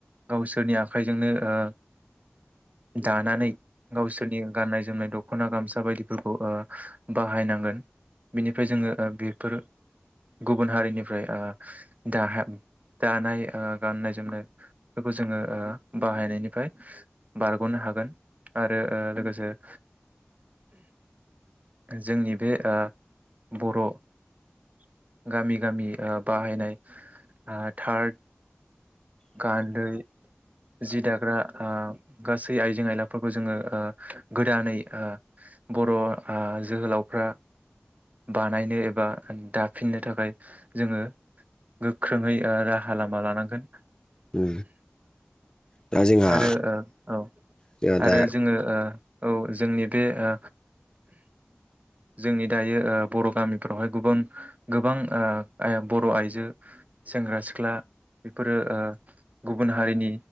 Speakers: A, on the right; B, on the left.
A: गावसोरनि आखाइजोंनो ओ दानानै गावसोरनि गाननाय-जोमनाय खना गामसा बायदिफोरखौ ओ बाहायनांगोन बिनिफ्राय जोङो ओ बेफोर गुबुन हारिनिफ्राय ओ दा दानाय ओ गाननाय जोमनायफोरखौ जोङो ओ बाहायनायनिफ्राय बारग'नो हागोन आरो ओ लोगोसे <inaudible> जोंनि बे ओ बर' गामि गामि ओ बाहायनाय थार्ड गानदै जि दाग्रा ओ गासै आइजें आयलाफोरखौ जोङो ओ गोदानै ओ बर' ओ जोहोलावफ्रा बानायनो एबा दाफिननो थाखाय जोङो गोख्रोङै ओ राहा लामा लानांगोन
B: ओ दा जोंहा
A: आरो ओ औ
B: जोंहा
A: आरो
B: दा
A: जोङो ओ औ जोंनि बे ओ जोंनि दायो ओ बर' गामिफ्रावहाय गोबां गोबां ओ बर' आइजो सेंग्रा सिख्ला बेफोरो ओ गुबुन हारिनि